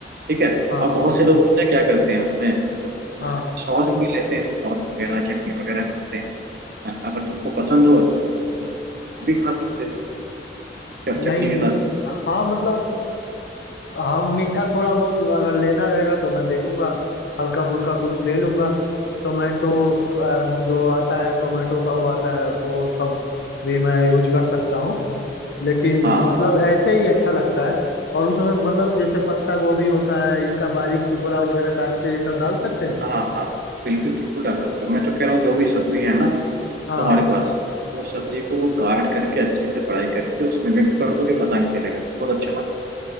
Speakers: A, on the right; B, on the left.
A: ठीक है
B: हाँ
A: और बहुत से लोग पता है क्या करते हैं उसमें मतलब
B: हाँ
A: सॉस भी लेते हैं सॉस वगैरह चटनी वगैरह खाते हैं अ, अगर तुमको पसंद हो तो अ, तुम वो भी खा सकते हो चट- चटनी
B: नहीं
A: के साथ भी
B: हाँ मतलब हाँ मीठा थोड़ा बहुत अगर लेना रहेगा तो मैं देखूंगा हल्का फुल्का कुछ ले लूंगा टोमेटो अ, जो आता है टोमेटो का वो आता है तो सब भी मैं यूज कर सकता हूँ लेकिन
A: हाँ हाँ
B: मतलब ऐसे ही अच्छा लगता है और उसमें मतलब जैसे पत्ता गोभी होता है इसका बारीक टुकड़ा वगैरह काट के ये सब डाल सकते हैं
A: हाँ हाँ हाँ, बिल्कुल बिल्कुल डाल सकते हो मैं तो कह रहा हूँ जो भी सब्जी है ना
B: हाँ
A: तुम्हारे पास वो सब्जी को वो काट करके अच्छे से फ्राई करके उसमें मिक्स कर दोगे पता नहीं चलेगा बहुत अच्छा बनेगा